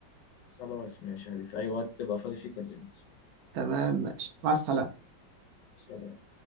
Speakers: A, on the left; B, on the right.
A: خلاص ماشي يا علي في اي وقت تبقى فاضي فيه كلمني
B: تمام ماشي مع السلامة
A: سلام